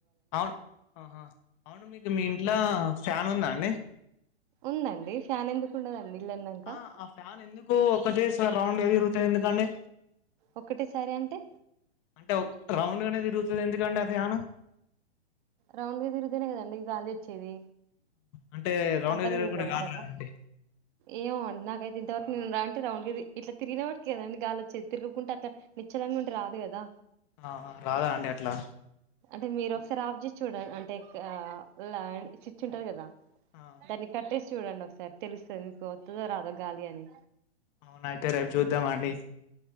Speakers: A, on the left (about 30°); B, on the right (about 45°).
A: అవును ఆహా అవును మీకు మీ ఇంట్లో ఫ్యాన్ ఉందా అండి
B: ఉందండి ఫ్యాన్ ఎందుకు ఉండదండి ఇల్లు అన్నాక
A: ఆ ఆ ఫ్యాన్ ఎందుకు ఒకటేస్ ఇట్లా రౌండ్ గా తిరుగుతాది ఎందుకండీ
B: ఒకటే సారి అంటే
A: అంటే రౌండ్ గానే తిరుగుతాది ఎందుకండి ఆ ఫ్యాను
B: రౌండ్గా తిరుగుతునే కదండి గాలి వచ్చేది
A: అంటే రౌండ్
B: అడ్డంగా
A: గా తిరగకుండా
B: పీకమంటారా
A: గాలి రాదండి
B: ఏమోండి నాకైతే ఇంతవరకు ఉంద రండ్ కది ఇట్లా తిరిగినట్టికి కదాండి గాలి వచ్చేది. తిరుగకుంటే అట్లా నిశ్చనంగా ఉంటే రాదు కదా.
A: ఆ రాదా అండి అట్లా
B: అంటే మీరు ఒకసారి ఆఫ్ చేసి చూడన్ అంటే క ల చిచ్చి ఉంటరు కదా
A: ఆ
B: ధని కట్టేసి చూడండి ఒకసారి తెలుస్తది మీకు వత్తదో రాదో గాలి అని
A: అవునయితే రేపు చూద్దామ అండి